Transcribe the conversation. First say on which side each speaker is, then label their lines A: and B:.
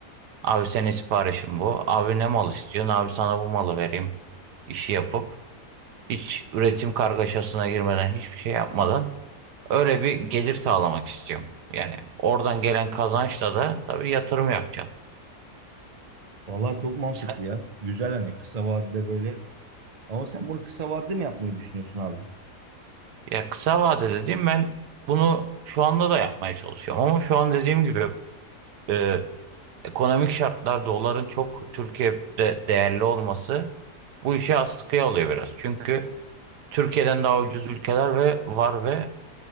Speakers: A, on the right; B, on the right.
A: abi senin siparişin bu. Abi ne mal istiyorsun? Abi sana bu malı vereyim. işi yapıp hiç üretim kargaşasına girmeden hiçbir şey yapmadan Öyle bir gelir sağlamak istiyorum. Yani oradan gelen kazançla da tabii yatırım yapacağım.
B: Vallahi çok mantıklı
A: Sen-
B: ya. Güzel hani kısa vadede böyle. Ama sen bunu kısa vadede mi yapmayı düşünüyorsun abi?
A: Ya kısa vade dediğim ben bunu şu anda da yapmaya çalışıyorum. Ama şu an dediğim gibi e, ekonomik şartlar doların çok Türkiye'de değerli olması bu işi askıya alıyor biraz. Çünkü Türkiye'den daha ucuz ülkeler ve var ve